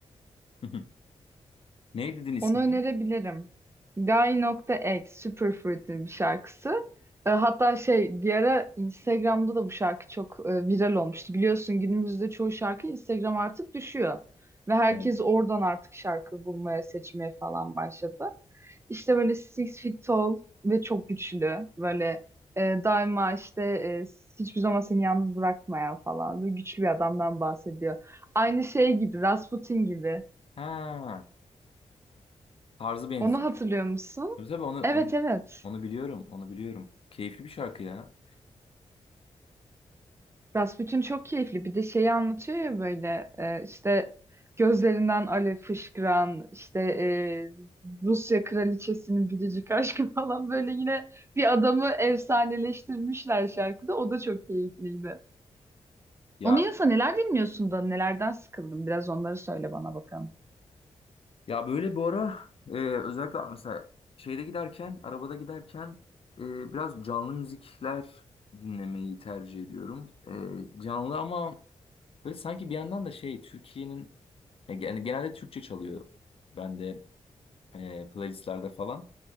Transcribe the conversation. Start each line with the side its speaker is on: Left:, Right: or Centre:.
Left: <laughs> Ne dedin ismi?
Right: Onu önerebilirim. Guy.X Superfruit'in bir şarkısı. E, Hatta şey bir ara Instagram'da da bu şarkı çok e, viral olmuştu. Biliyorsun günümüzde çoğu şarkı Instagram artık düşüyor. Ve herkes
Left: Evet.
Right: oradan artık şarkı bulmaya, seçmeye falan başladı. İşte böyle six feet tall ve çok güçlü. Böyle e, daima işte e, hiçbir zaman seni yalnız bırakmayan falan. Böyle güçlü bir adamdan bahsediyor. Aynı şey gibi, Rasputin gibi.
Left: Ha, tarzı benziyor.
Right: Onu hatırlıyor musun?
Left: Tabii tabii onu,
Right: Evet
Left: onu,
Right: evet.
Left: onu biliyorum. Onu biliyorum. Keyifli bir şarkı ya.
Right: Rasputin çok keyifli. Bir de şeyi anlatıyor ya böyle e, işte gözlerinden alev fışkıran işte e, Rusya kraliçesinin biricik aşkı <laughs> falan böyle yine bir adamı efsaneleştirmişler şarkıda. O da çok keyifliydi.
Left: Ya
Right: Onun yanında neler dinliyorsun da nelerden sıkıldın? Biraz onları söyle bana bakalım.
Left: Ya böyle bu ara e, özellikle mesela şeyde giderken, arabada giderken e, biraz canlı müzikler dinlemeyi tercih ediyorum. E, canlı ama böyle sanki bir yandan da şey Türkiye'nin ya gen- genelde Türkçe çalıyor. bende e, playlistlerde falan.